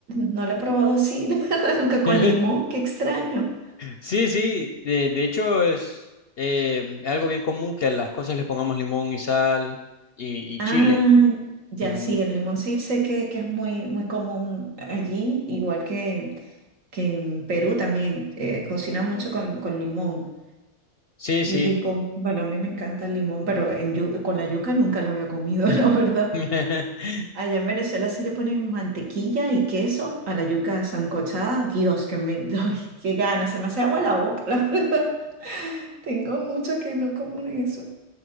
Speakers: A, on the right (about 70°); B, on the left (about 55°).
A: No lo he probado así, <laughs> la verdad, nunca con
B: <laughs>
A: limón, qué extraño.
B: Sí, sí, de, de hecho es eh, algo bien común que a las cosas le pongamos limón y sal y, y
A: Ah,
B: chile.
A: ya,
B: Ujú.
A: sí, el limón sí sé que, que es muy, muy común allí, igual que, que en Perú también, eh, cocinan mucho con, con limón.
B: Sí, sí.
A: Y rico. Bueno, a mí me encanta el limón, pero en yu- con la yuca nunca lo había comido, <laughs> la verdad.
B: <laughs>
A: Allá en Venezuela sí le ponen mantequilla y queso a la yuca sancochada. Dios, que me, <laughs> ay, qué gana, se me hace agua la boca, la verdad. <laughs> Tengo mucho que no como eso.